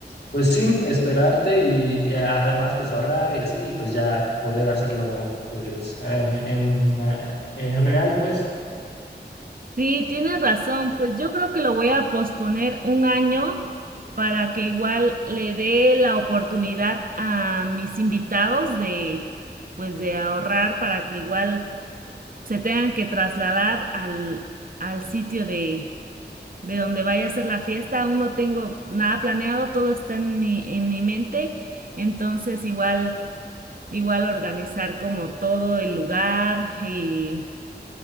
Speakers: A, on the left; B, on the right.
A: pues sí, esperarte y, y además pues ahorrar y así, y pues ya poder hacerlo pues eh, en, la- en real, pues.
B: Sí, tienes razón, pues yo creo que lo voy a posponer un año para que igual le dé la oportunidad a mis invitados de, pues de ahorrar para que igual se tengan que trasladar al, al sitio de, de donde vaya a ser la fiesta. Aún no tengo nada planeado, todo está en mi, en mi mente, entonces igual. Igual organizar como todo el lugar y,